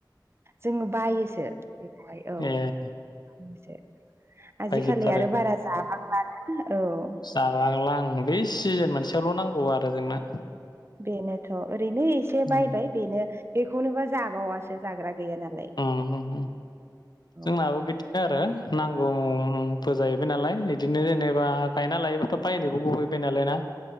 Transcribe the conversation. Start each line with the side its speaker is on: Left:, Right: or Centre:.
Right: जोङो बायोसो बेखौहाय औ
Left: ए
Right: <unintelligible> आजिखालि
Left: बायजोबथारो
Right: आरो बारा जाबांलानो औ।
Left: जाबांलां आं बे सिजेन मोनसेयावल' नांगौ आरो जोंनो।
Right: बेनोथ' ओरैनो इसे बायबाय
Left: उम
Right: बेनो बेखौनोबा जाबावासो जाग्रा गैया नालाय।
Left: उम उम
Right: औ
Left: जोंनाबो बिदि बिदिनोआरो नांगौबो जाहैबाय नालाय इदिनो जेनेबा गायना लायोबाथ' बायनोबो गहैबाय नालाय ना।